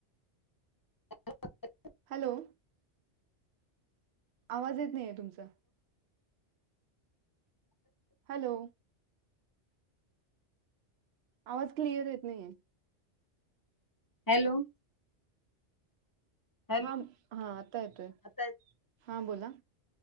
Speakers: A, on the left; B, on the right.
A: <inaudible>
B: हॅलो. आवाज येत नाहीय तुमचा. हॅलो. आवाज क्लिअर येत नाहीये.
A: हॅलो. हॅलो
B: हा. आता येतोय,
A: आता
B: हा बोला.